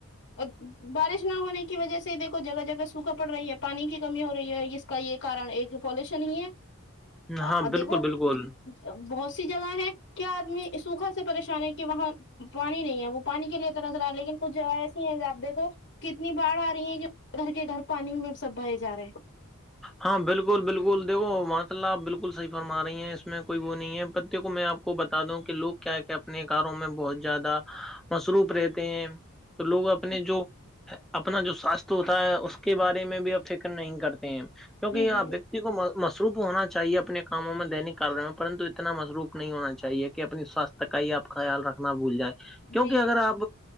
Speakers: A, on the left; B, in the centre.
A: اور بارش نہ ہونے کی وجہ سے دیکھو جگہ جگہ سوکھا پڑ رہی ہے ا پانی کی کمی ہو رہی ہے ج کا یہ کن ایک پالوشن ہی ہے
B: ہاں
A: دیکھو
B: بالکل بالکل
A: بہت سی جگہ ہے کیا آدمی سوکھا سے پریشان ہے کہ وہاں پانی نہیں ہے وہ پانی کے لیے تو نظر آ رہا لیکن کچھ جگہ ایسی ہے ج آپ دیکھو کتنی باڑھ آ رہی ہے کہ گھر کے گھر پانی میں سب بائے جا رہے ہیں
B: ہاں بالکل بالکل دیکو ماشء اللہ آپ بالکل صحی فرما رہی ہیں اس میں کوئی وہ نہیں ہے پتے کو میں آپ کو کو بتا دوں کہ لوگ کیا کیا اپنے کاروں میں بہت زیادہ مصروف رہتے ہیں تو لوگ اپنے
A: ہیں
B: جو اپنا جو ساستھ ہوتا ہے اس کے بارے میں بھی آپ فکر نہیں کرتے ہیں کیونکہ
A: جی
B: یہ
A: جی
B: آپ کو مصروف ہونا چاہیے اپنے کاموں میں دینک کارل میں پرنت اتنا مصروف نہیں ہونا چاہیے کہ اپنی سوستھ ت کا ہی آپ کا خیال رکھنا بھول جائے کیونکہ
A: جی
B: اگر آپ ا